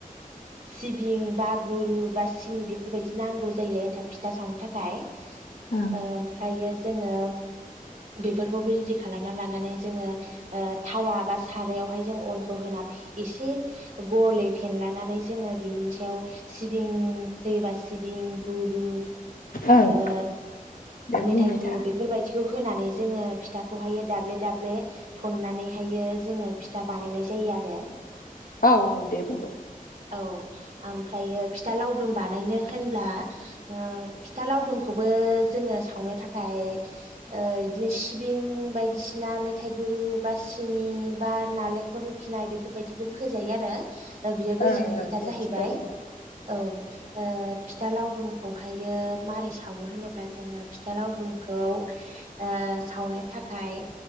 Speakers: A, on the right; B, on the left.
A: सिबिं बा गुरु बा सिनि बेफोरबायदि नांगौ जायो एन्थाब फिथा सावनो थाखाय।
B: ओं
A: ओमफ्रायो। जोङो बेफोरखौबो रेदि खालामना लानानै जोङो ओ थावा बा सारायावहाय जों अनखौ होना एसे गलयै फेनलानानै जोङो बिनि सायाव सिबिं होयोबा सिबिं गुरु
B: ओं
A: ओ
B: दे बुंबाय
A: मेथाइ गुरु
B: था
A: बेफोरबायदि बेखौ होनानै जोङो फिथाखौहायो दाब्ले दाब्ले थन्नानैहायो जोङो फिथा बानायनाय जायो आरो।
B: औ औ दे बुं
A: औ ओमफ्रायो फिथा लावदुम बानायनो होनब्ला ओ फिथा लावदुमखौबो जोङो सावनो थाखाय ओ इदिनो सिबिं बायदिसिना मेथाइ गुरु बा सिनि बा नालेंखल रुखिनाय बेफोरबायदिखौबो होजायो आरो। दा बेयो गोसोनिखाय
B: ओं ओं
A: था
B: दे
A: जाहैबाय
B: खिन्थाबाय था
A: औ ओ फिथा लावदुमखौहायो। मारै सावो होनोब्ला जोङो फिथालावदुमखौ ओ सावनो थाखाय